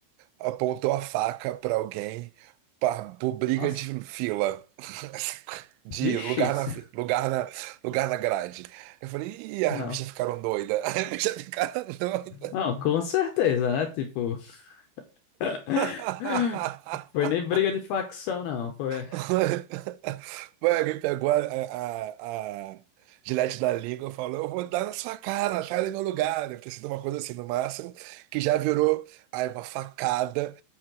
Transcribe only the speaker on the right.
apontou a faca pra alguém pa- por briga
de fila, <laughs> de
lugar
na fi-
lugar na lugar na grade. Eu falei, ih, as
bichas ficaram doidas. <laughs> As bichas ficaram doidas.
<laughs>
<laughs> Mano, alguém pegou a, a, a gilete da língua e falou: Eu vou dar na sua cara, sai do meu lugar. Deve ter sido uma coisa assim, no máximo, que já virou aí uma facada.